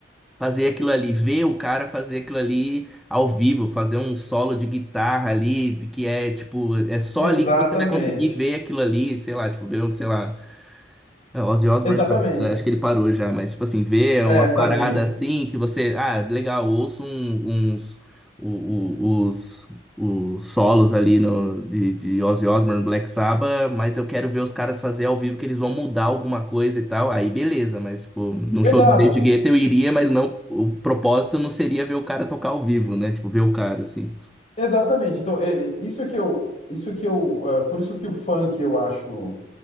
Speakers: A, in the centre; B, on the left (about 35°).
A: fazer aquilo ali, ver o cara fazer aquilo ali ao vivo, fazer um solo de guitarra ali, que é tipo, é só
B: Exatamente.
A: ali que você vai conseguir ver aquilo ali, sei lá, tipo, ver, um, sei lá, é, o Ozzy Osbourne,
B: Exatamente.
A: tá, é, acho que ele parou já, mas, tipo assim, ver
B: É,
A: uma parada
B: tadinho.
A: assim que você. Ah, legal, ouço um- uns. o- o- os, os solos ali no, de, de Ozzy Osbourne, Black Sabbath, mas eu quero ver os caras fazer ao vivo que eles vão mudar alguma coisa e tal. Aí beleza, mas, tipo, num
B: Exato,
A: show do David Guetta eu iria, mas não. O propósito não seria ver o cara tocar ao vivo, né? Tipo, ver o cara, assim.
B: exatamente. Então, é, é, isso que eu, isso que eu, é, por isso que o funk eu acho